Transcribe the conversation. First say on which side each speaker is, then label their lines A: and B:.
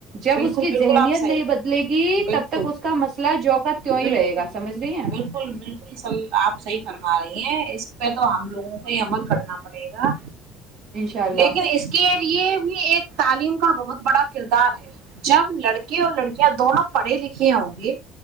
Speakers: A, on the right (about 45°); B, on the right (about 75°).
A: جب
B: بالکل
A: اس کی
B: بالکل
A: ذہنیت
B: آپ صحیح
A: نہیں بدلے گی
B: بالکل
A: تب تک اس کا مسئلہ جو کا تیوں ہی
B: بالکل
A: رہے گا سمجھ رہی ہیں
B: بالکل بالکل سر آپ صحیح فرما آ ہے اس تو ہم لگوں کو ہی عمل کرنا منی گا
A: انشاء اللہ
B: لیکن اس کے یہ بھی ایک تعلیم کا بہت بڑا کردار ہے جب لڑکے اور لڑکیاں دونوں پڑھے لکھے ہوں گے